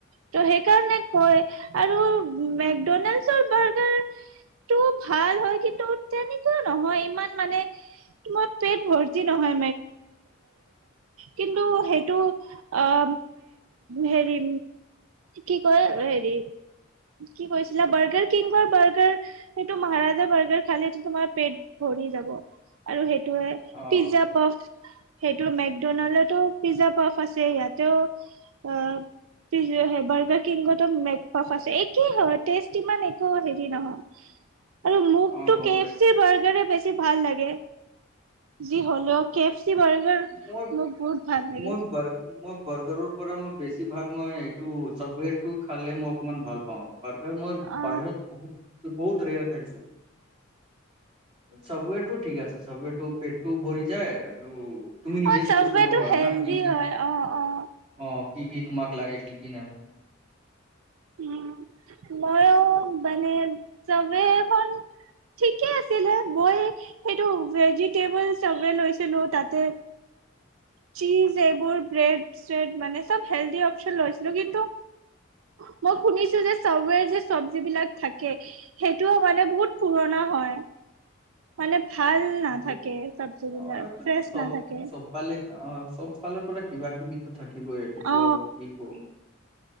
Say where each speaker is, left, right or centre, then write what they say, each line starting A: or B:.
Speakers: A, on the right; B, on the right.
A: ত' সেইকাৰণে কয় আৰু মেকডনাল্ডছ বাৰ্গাৰ- টো ভাল হয় কিন্তু তেনেকুৱা নহয় ইমান মানে তোমাৰ পেট ভৰ্তি নহয়। কিন্তু স <unintelligible> এইটো অ হেৰি কি কয় হেৰি উ <inaudible> কি কৈছিলা বাৰ্গাৰ কিংগৰ বাৰ্গাৰ সেইটো মহাৰাজাৰ বাৰ্গাৰ খালে সটো তোমাৰ পেট ভৰি আৰু সেইটোে
B: অ',
A: পিজজা প সেইটো মেকডনল্ডতো পিজ্জা পফ আছে ইয়াতেও অ ে বৰ্গাৰ কিংো মে <unintelligible> ফ আছে একেই হয় টেষ্ট ইমান একো হেৰি নহয়। আৰু মুখ
B: অ', গম
A: কেফি
B: পাইছোঁ।
A: বাৰ্গাৰ বেছি ভাল লাগে। যি হ'লেও কেফচি বাৰ্গাৰ মোৰ
B: মই
A: বহুত ভাল লাগে৷
B: মই বাৰ মই বাৰ্গাৰৰ পৰা মই বেছিভাগ মই এইটো চফটৱেৰটো খালে মই অকণমান ভাল পাওঁ। বাৰ্গাৰ মই
A: অ
B: বাহিৰত বহুত-বহুত ৰেয়াৰ খাইছো। চবৱেটো ঠিক আছে চবৱেটো পেটটো ভৰি যায় আৰু তুমি নিজে
A: অ চাবৱেটো
B: চুজ কৰিব পাৰা
A: হেলডি
B: না কি কি
A: হয় অ-অ ৷
B: অ কি-কি তোমাক লাগে, কি কি নালাগে,
A: উম মইও মানে চবেইখন ঠিকে আছিলে মই সেইটো ভেজিটেবল চবে লৈছিলো তাতে চীজ এইবোৰ ব্ৰেড চ্ৰেড মানে চব হেলডি অপচন লৈছিলো কিন্তু অ <unintelligible> মই শুনিছো যে চাবৱেৰ যে চবজি বিলাক থাকে সেইটোও মানে বহুত পুৰণা হয়। মানে ভাল নাথাকে
B: সেইটোতো
A: চবজি বিলাক
B: অ এইটোতো
A: ফ্ৰেছ
B: চব
A: নাথাকে ৷
B: চবফালে অ চব ফালৰ পৰা কিবা কিবিতো থাকিব এইটোতো
A: অ
B: কি কম৷